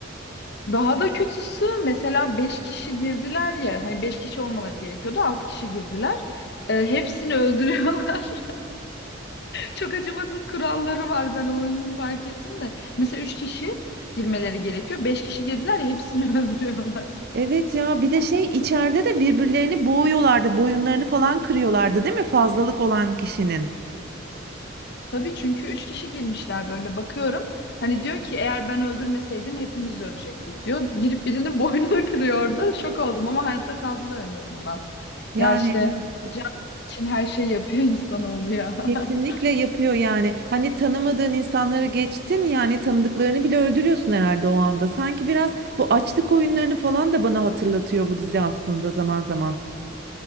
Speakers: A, on the left; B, on the right.
A: Daha da kötüsü mesela 5 kişi girdiler ya hani 5 kişi olmaları gerekiyordu 6 kişi girdiler. E, hepsini <laughs> öldürüyorlar. Çok acımasız kuralları var ben o oyunun fark ettim de. Mesela 3 kişi girmeleri gerekiyor. 5 kişi girdiler ya hepsini <laughs> öldürüyorlar.
B: Evet ya bir de şey içeride de birbirlerini boğuyorlardı, boyunlarını falan kırıyorlardı değil mi fazlalık olan kişinin?
A: Tabii çünkü 3 kişi girmişler böyle bakıyorum. Hani diyor ki eğer ben öldürmeseydim hepimiz ölecektik diyor. Girip birinin <laughs> boynunu kırıyor orada. Şok oldum ama hayatta kaldılar en azından.
B: Yani
A: Ya işte
B: evet.
A: can için her şeyi yapıyor insanoğlu ya.
B: Kesinlikle
A: <laughs>
B: yapıyor yani. Hani tanımadığın insanları geçtin yani tanıdıklarını bile öldürüyorsun herhalde o anda. Sanki biraz bu açlık oyunlarını falan da bana hatırlatıyor bu dizi aslında zaman zaman.